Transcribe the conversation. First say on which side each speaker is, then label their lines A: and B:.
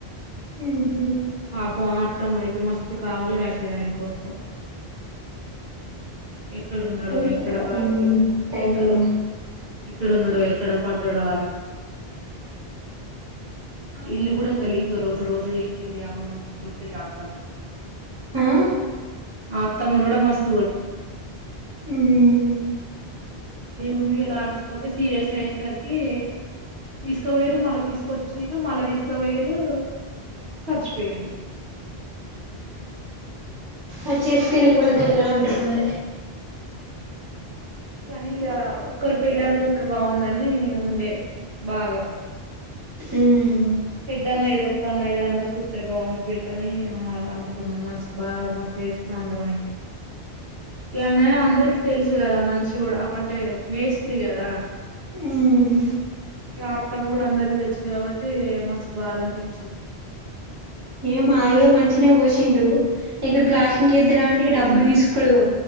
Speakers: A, on the right (about 20°); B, on the right (about 75°).
A: ఉమ్
B: పాపత్ మొత్తం అయితే మస్తు కావాలి ఆసిండ్రు ఆయన కోసం ఎక్కడున్నాడో
A: ఇగ
B: ఎక్కడ వాయ
A: ఏం చెప్తారు
B: ఎక్కడ
A: ఇగ
B: ఎక్కడున్నాడో ఎక్కడ పడ్డాడో అని. ఇల్లు కూడా గలీజ్ గా రోత రోత చేసిర్రు ఆమెను మస్తు కొట్టిండ్రు అడ్డం.
A: ఆహ్
B: అత్తమ్మను కూడా మస్త్.
A: ఉమ్
B: ముందుగల ఆస్పత్రి పోతే సీరియస్. ఇట్లా అయ్యే సరికి. తీసుకపోయిండ్రు మళ్ళా తీసుకొచ్చిండ్రు మళ్ళా తీసుకుపోయిండ్రు చచ్చిపోయిండు.
A: అచ్చ సి తినకుండా ఇద్దరు ఇలా ఉంటారు మరి.
B: కానీ ఇక ఒక్కరు పెళ్ళాం చూతరని బాగుండే అని ఉండే బాగా
A: ఉమ్
B: పెద్దన్న ఇదొక్క అన్న ఏదన్న చూస్తే బాగుండు పెళ్ళి అని అనుకున్నాం మస్త్ బాగా మస్తు చేడ్చినాం అందరం ఇగ ఆయన అందరికి తెలుసు కదా మంచి కూడా అప్పు అంటే మేస్త్రి కదా
A: ఉమ్
B: ఇక అత్తమ్మ కూడా అందరికి తెలుసు కాబట్టి మస్తు బాధ అనిపించింది.
A: ఏ మావిలో మంచినే పోసిండు ఇక్కడ ప్లాస్టింగ్ ఇద్దాం అంటే ఇగ డబ్బులు తీసుకోడు